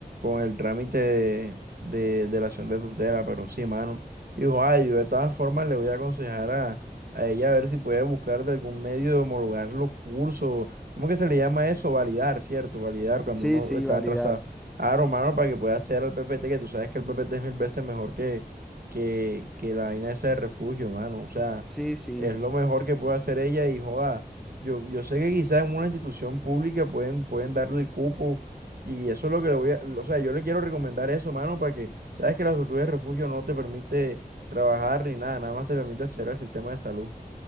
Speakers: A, on the right; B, in the centre.
A: el trámite de, de, de la acción de tutela, pero sí, mano. Dijo, ay, yo de todas formas le voy a aconsejar a, a ella a ver si puede buscar de algún medio de homologar los cursos. ¿Cómo que se le llama eso? Validar, ¿cierto? Validar cuando
B: Sí,
A: uno
B: sí,
A: está
B: validar.
A: atrasado. Ah, Romano, para que pueda hacer al PPT, que tú sabes que el PPT es mil veces mejor que, que, que la vaina esa de refugio, mano. O sea,
B: Sí, sí.
A: es lo mejor que puede hacer ella y joda. Yo, yo sé que quizás en una institución pública pueden, pueden darle el cupo y eso es lo que le voy a, o sea, yo le quiero recomendar eso, mano, para que, sabes que la solicitud de refugio no te permite trabajar ni nada, nada más te permite hacer el sistema de salud.